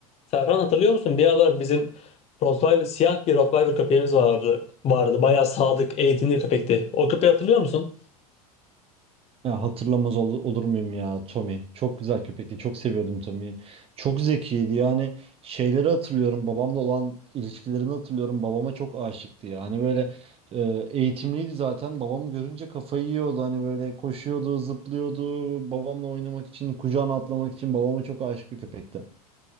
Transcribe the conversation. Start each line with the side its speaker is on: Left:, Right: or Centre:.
Left: Serhan hatırlıyor musun? Bir aralar bizim Rottweiler, siyah bir Rottweiler köpeğimiz vardı. Vardı. Bayağı sadık, eğitimli köpekti. O köpeği hatırlıyor musun?
Right: Ya hatırlamaz ol- olur muyum ya Tommy? Çok güzel köpekti. Çok seviyordum Tommy'yi. Çok zekiydi. Yani şeyleri hatırlıyorum. Babamla olan ilişkilerini hatırlıyorum. Babama çok aşıktı ya. Hani böyle e, eğitimliydi zaten. Babamı görünce kafayı yiyordu. Hani böyle koşuyordu, zıplıyordu. Babamla oynamak için, kucağına atlamak için babama çok aşık bir köpekti.